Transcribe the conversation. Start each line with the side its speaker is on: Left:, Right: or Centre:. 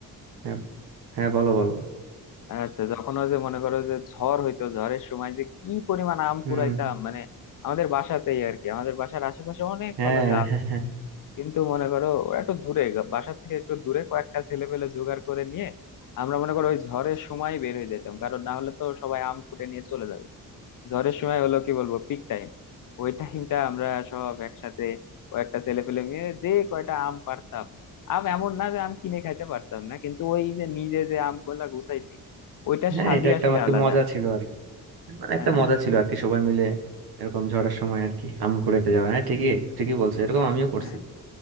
Right: হ্যাঁ হ্যাঁ বলো বলো
Left: আচ্ছা যখন ওই যে মনে করো যে ঝড় হইতো ঝড়ের সময় যে কি পরিমাণ আম
Right: হুম
Left: কুড়াইতাম মানে আমাদের বাসাতেই আর কি আমাদের বাসার আশেপাশে অনেক
Right: হ্যাঁ
Left: কলা গাছ
Right: হ্যাঁ
Left: আছে
Right: হ্যাঁ,
Left: কিন্তু মনে করো ওরা একটু দূরে গা- বাসার থেকে একটু দূরে কয়েকটা ছেলে পেলে জোগাড় করে নিয়ে আমরা মনে করো ওই ঝড়ের সময় বের হয়ে যেতাম কারণ না হলে তো সবাই আম কুটে নিয়ে চলে যাবে ঝড়ের সময় হলো কি বলবো পিক টাইম ওই টাইমটা আমরা সব একসাথে কয়েকটা ছেলে পেলে মিলে যে কয়টা আম পারতাম আম এমন না যে আম কিনে খাইতে পারতাম না কিন্তু ওই যে নিজে যে আম গুলা গুছাইছি ওইটার
Right: হ্যাঁ,
Left: স্বাদই
Right: এটা একটা
Left: আসলে
Right: আমার কি
Left: আলাদা
Right: মজা ছিল আর কি। মানে একটা
Left: হ্যাঁ
Right: মজা ছিল আর কি সবাই মিলে এরকম ঝড়ের সময় আর কি আম কুড়াইতে যাওয়া হ্যাঁ ঠিকই ঠিকই বলছো এরকম আমিও করছি
Left: হ্যাঁ